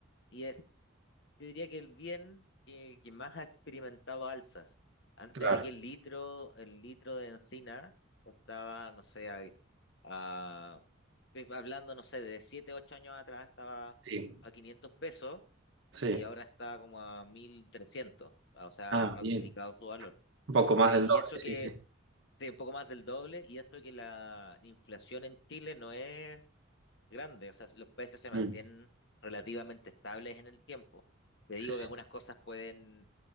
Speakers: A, on the left; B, on the right.
A: y es, yo diría que el bien que, que más ha experimentado alzas. Antes
B: claro.
A: aquí el litro, el litro de encina estaba, no sé, a, a- hablando, no sé, de 7 8 años atrás estaba
B: Sí,
A: a 500 pesos
B: sí.
A: y ahora está como a mil trescientos o sea,
B: Ah,
A: ha
B: bien.
A: duplicado su valor.
B: Un poco más
A: Sí,
B: del
A: y
B: doble,
A: eso que,
B: sí, sí.
A: sí, un poco más del doble, y esto que la inflación en Chile no es grande, o sea, los precios se mantienen
B: Mm,
A: relativamente estables en el tiempo. Te
B: Sí,
A: digo que algunas cosas pueden